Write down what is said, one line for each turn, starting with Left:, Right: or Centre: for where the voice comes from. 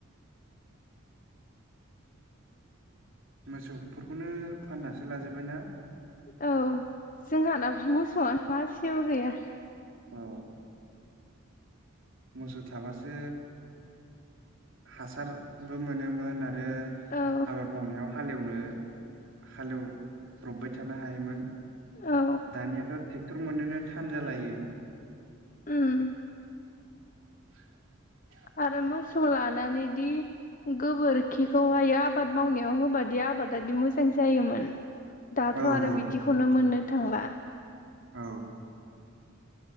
Right: मोसौफोरखौनो फाननासो लाजोब्बायनाा
Left: औ जोंहानाब मोसौआ मासेबो गैया
Right: औ मोसौ थाबासो हासारबो मोनोमोन आरो आरो
Left: औ
Right: आबाद मावनायाव हालेवनो हालेवब्रबबाय थानो हायोमोन
Left: औ
Right: दानियाथ' ट्रेक्टर मोननोनो थान जालायो
Left: उओ
Right: <unintelligible>
Left: आरो मोसौ लानानैदि गोबोरखिखौहाय आबाद मावनायाव होबायादि आ आबादादि मोजां जायोमोन दाथ'
Right: औ औ
Left: आरो बिदिखौनो
Right: नोंथां
Left: मोननो थांला
Right: औ